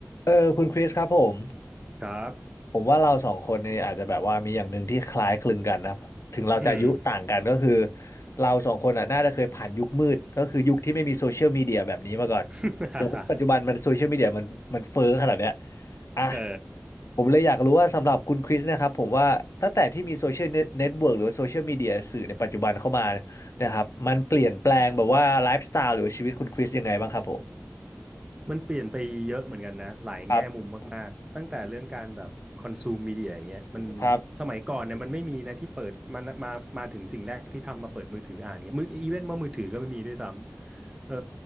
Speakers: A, on the left; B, on the right.
A: เออคุณคริสครับผม
B: ครับ
A: ผมว่าเราสองคนเนี่ยอาจจะแบบว่ามีอย่างหนึ่งที่คล้ายคลึงกันนะครับถึงเราจะอายุต่างกันก็คือ
B: อืม
A: เราสองคนอ่ะน่าจะเคยผ่านยุคมืดก็คือยุคที่ไม่มีโซเชียลมีเดียแบบนี้มาก่อน
B: <laughs>
A: จนปัจจุบันมันโซเชียลมีเดียมันมันเฟ้อขนาดเนี้ยอ่ะ
B: เออ
A: ผมเลยอยากรู้ว่าสำหรับคุณคริสนะครับผมว่าตั้งแต่ที่มีโซเชียลเน็ตเวิร์กหรือว่าโซเชียลมีเดียสื่อในปัจจุบันเข้ามานะครับมันเปลี่ยนแปลงแบบว่าไลฟ์สไตล์หรือว่าชีวิตคุณคริสยังไงบ้างครับผม
B: มันเปลี่ยนไปเยอะเหมือนกันนะหลายแง่มุมมากๆตั้งแต่เรื่องการแบบคอนซูมมีเดียอย่างเงี้ยมัน
A: ครับครับ
B: สมัยก่อนเนี่ยมันไม่มีนะที่เปิดมามามาถึงสิ่งแรกที่ทำมาเปิดมือถืออ่านเงี้ยมืออีเวนต์ว่ามือถือก็ไม่มีด้วยซ้ำเออ